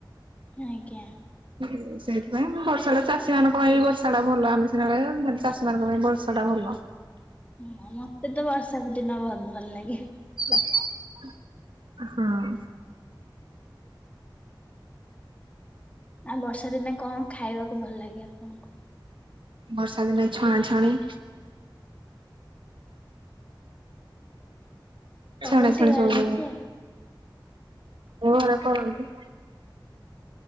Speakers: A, on the left (about 15°); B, on the right (about 80°).
A: ଆଜ୍ଞା!
B: ହୁଁ! ସେଇଥି ପାଇଁ ବର୍ଷାଟା ଚାଷୀ ମାନଙ୍କ ପାଇଁ ବର୍ଷା ଟା ଭଲ ଆମେ ସେନା କହିଦେବା ହେଲେ, ଚାଷୀ ମାନଙ୍କ ପାଇଁ ବର୍ଷା ଟା ଭଲ।
A: ହଁ! ମତେ ତ ବର୍ଷା ଦିନ ବହୁତ ଭଲ ଲାଗେ।
B: ହଁ <unintelligible>
A: ଆଉ ବର୍ଷା ଦିନେ କଣ ଖାଇବାକୁ ଭଲ ଲାଗେ ଆପଣଙ୍କୁ।
B: ବର୍ଷା ଦିନେ ଛଣା ଛଣି।
A: କରନ୍ତି
B: ଛଡା ଛାଉ
A: ଘରେ
B: ସବୁ।
A: ନିଜେ?
B: ଘରେ କରନ୍ତୁ।